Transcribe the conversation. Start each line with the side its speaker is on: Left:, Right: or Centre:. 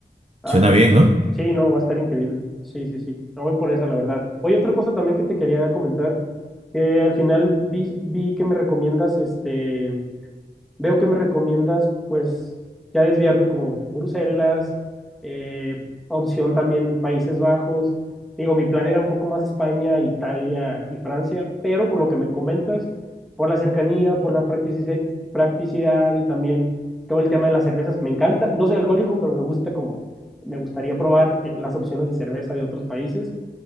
Centre: Ah,
Right: Suena
Centre: eso,
Right: bien,
Centre: pues,
Right: ¿no?
Centre: sí, no, va a estar increíble. Sí, sí, sí. No voy por esa, la verdad. Oye, otra cosa también que te quería comentar, que al final vi, vi que me recomiendas este Veo que me recomiendas, pues, ya desviarme como Bruselas, eh, opción también Países Bajos. Digo, mi plan era un poco más España, Italia y Francia, pero por lo que me comentas, por la cercanía, por la practici- practicidad y también todo el tema de las cervezas, me encanta. No soy alcohólico, pero me gusta como, me gustaría probar eh, las opciones de cerveza de otros países